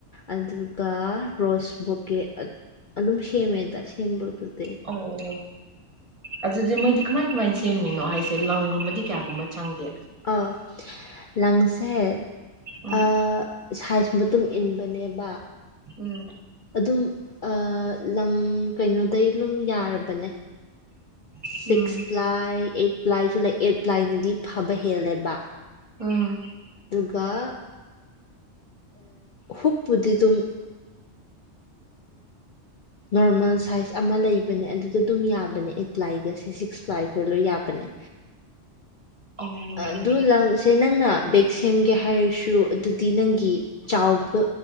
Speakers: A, on the left; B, on the right.
A: ꯑꯗꯨꯒ ꯔꯣꯁ ꯕꯣꯀꯦ ꯑꯗꯨꯝ ꯁꯦꯝꯃꯦ ꯇꯥ <unintelligible>
B: ꯑꯣ ꯑꯗꯨꯗꯤ ꯃꯣꯏꯗꯤ ꯀꯃꯥꯏ ꯀꯃꯥꯏ ꯁꯦꯝꯃꯤꯅꯣ ꯍꯥꯏꯁꯦ ꯂꯪꯒꯨꯝꯕꯗꯤ ꯀꯌꯥꯒꯨꯝꯕ ꯆꯪꯒꯦ
A: ꯑꯥ ꯂꯪꯁꯦ <unintelligible>
B: ꯎꯝ
A: ꯁꯥꯏꯖ ꯃꯇꯨꯡ ꯏꯟꯕꯅꯦꯕ
B: ꯎꯝ
A: ꯑꯗꯨꯝ ꯑꯥ ꯂꯪ ꯀꯩꯅꯣꯗꯩ ꯑꯗꯨꯝ ꯌꯥꯔꯕꯅꯦ
B: ꯎꯝ
A: ꯁꯤꯛꯁ ꯄ꯭ꯂꯥꯏ ꯑꯩꯠ ꯄ꯭ꯂꯥꯏꯁꯨ ꯂꯩ ꯑꯥꯗ ꯞꯂꯥꯏꯟꯗꯤ ꯐꯕ ꯍꯦꯜꯂꯦꯕ
B: ꯑꯥ
A: ꯀꯥ ꯍꯨꯛꯄꯨꯗꯤ ꯑꯗꯨꯝ ꯅꯣꯔꯃꯦꯜ ꯁꯥꯏꯖ ꯑꯃ ꯂꯩꯕꯅꯦ ꯑꯗꯨꯗ ꯑꯗꯨꯝ ꯌꯥꯕꯅꯦ ꯑꯩꯠ ꯄ꯭ꯂꯥꯏꯒꯁꯦ ꯁꯤꯛꯁ ꯄ꯭ꯂꯥꯏ ꯈꯣꯏ ꯂꯣꯏ ꯌꯥꯕꯅꯦ
B: ꯎꯝ
A: ꯑꯗꯨ ꯂꯪꯁꯦ ꯅꯪꯅ ꯕꯦꯛ ꯁꯦꯝꯒꯦ ꯍꯥꯏꯔꯁꯨ ꯑꯗꯨꯗꯤ ꯅꯪꯒꯤ ꯆꯥꯎꯕ